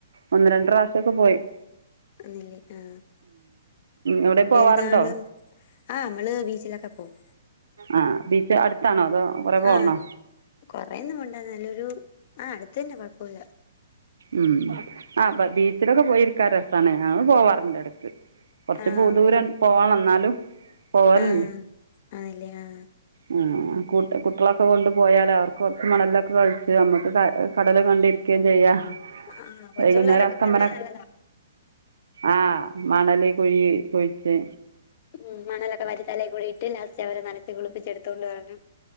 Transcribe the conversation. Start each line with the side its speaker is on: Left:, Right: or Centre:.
Right: ഒന്ന് രണ്ട് പ്രാശ്യൊക്കെ പോയി
Left: അല്ല ആ
Right: എവിടെയും
Left: പെരുന്നാള്
Right: പോവാറുണ്ടോ
Left: ആ നമ്മള് ബീച്ചിലൊക്കെ പോകും
Right: ആ ബീച്ച് അടുത്താണോ അതോ കുറേ പോവണോ
Left: ആഹ കൊറന്നും കൊണ്ടന്നല്ലരു ആ അടുത്ത തന്നെ കൊഴപ്പമില്ല
Right: ഉം ആ ബീച്ചിലൊക്കെ പോയിരിക്കാ രസാണ് ഞങ്ങള് പോവാറുണ്ട് ഇടയ്ക്ക് കുറച്ച്
Left: ആ
Right: പൂ
Left: അവള്
Right: ദൂരം പോവാണ് എന്നാലും പോവല
Left: ആ ആണല്ലേ ആ
Right: ആ കുട്ടികളൊക്കെ കൊണ്ടു പോയാല അവർക്ക് കുറച്ച് മണലൊക്കെ കളിച്ച് നമുക്ക് കടൽ കണ്ടിരിക്കുകയും ചെയ്യാം
Left: ആ കൊച്ചു
Right: വൈകുന്നേരം
Left: പിള്ളേരൊക്കെ
Right: അസ്തമന
Left: കൊണ്ട് നല്ലതാ
Right: ആഹ മണല് കുഴി കുഴിച്ച്
Left: ഉ മണലൊക്കെ വാരി തലേകൂടി ഇട്ട് ലാസ്റ്റ് അവരെ നനച്ച് കുളിപ്പിച്ചെടുത്തോണ്ട് വരണം